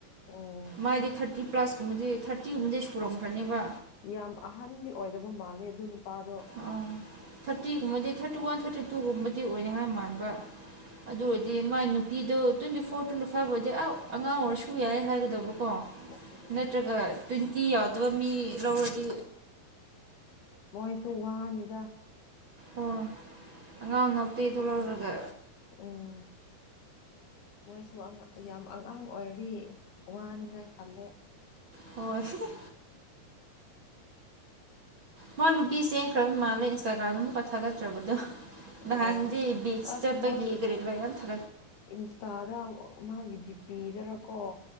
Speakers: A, on the left (about 75°); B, on the right (about 40°).
A: ꯎꯝ
B: ꯃꯥꯗꯤ ꯊꯥꯔꯇꯤ ꯄ꯭ꯂꯁꯀꯨꯝꯕꯗꯤ ꯊꯥꯔꯇꯤꯒꯨꯝꯕꯗꯤ ꯁꯨꯔꯝꯈ꯭ꯔꯅꯦꯕ
A: ꯌꯥꯝ ꯑꯍꯟꯗꯤ ꯑꯣꯏꯗꯕ ꯃꯥꯜꯂꯦ ꯑꯗꯨ ꯅꯨꯄꯥꯗꯣ
B: ꯑꯥ ꯊꯥꯔꯇꯤꯒꯨꯝꯕꯗꯤ ꯊꯥꯔꯇꯤ ꯋꯥꯟ ꯊꯥꯔꯇꯤ ꯇꯨꯒꯨꯝꯕꯗꯤ ꯑꯣꯏꯅꯤꯉꯥꯏ ꯃꯥꯟꯕ ꯑꯗꯨ ꯑꯣꯏꯔꯗꯤ ꯃꯥꯏ ꯅꯨꯄꯤꯗꯣ ꯇ꯭ꯋꯦꯟꯇꯤ ꯐꯣꯔ ꯇ꯭ꯋꯦꯟꯇꯤ ꯐꯥꯏꯚ ꯐꯥꯎꯗꯤ ꯑ ꯑꯉꯥꯡ ꯑꯣꯏꯔꯁꯨ ꯌꯥꯏ ꯍꯥꯏꯒꯗꯕ ꯑꯣ
A: ꯎꯝ
B: ꯅꯠꯇ꯭ꯔꯒ ꯇ꯭ꯋꯦꯟꯇꯤ ꯌꯥꯎꯗꯕ ꯃꯤ ꯂꯧꯔꯗꯤ
A: ꯃꯣꯏꯁꯨ ꯋꯥꯅꯤꯗ
B: ꯑꯣ ꯑꯉꯥꯡ ꯅꯛꯇꯤ ꯇꯂꯔꯒ
A: ꯎꯝ ꯃꯣꯏꯁꯨ ꯌꯥꯝ ꯑꯉꯥꯡ ꯑꯣꯏꯔꯤ ꯋꯥꯅꯤꯉꯥꯏ ꯈꯜꯂꯦ
B: ꯍꯣꯏꯣꯏ ꯃꯥ ꯅꯨꯄꯤ ꯆꯦꯟꯈ꯭ꯔꯕ ꯃꯥꯜꯂ ꯏꯟꯁꯇꯥꯒ꯭ꯔꯥꯝꯗ ꯑꯃꯨꯛꯀ ꯊꯥꯒꯠꯠꯇ꯭ꯔꯕꯗꯣ ꯅꯍꯥꯟꯗꯤ
A: ꯑꯣ
B: ꯕꯤꯆ
A: ꯑꯁ
B: ꯆꯠꯄꯒꯤ
A: ꯃꯣꯏ
B: ꯀꯔꯤ ꯀꯔꯥ ꯌꯥꯝ ꯊ
A: ꯏꯟꯁꯇꯥꯗ ꯃꯥꯒꯤ ꯗꯤ ꯄꯤꯗꯔꯀꯣ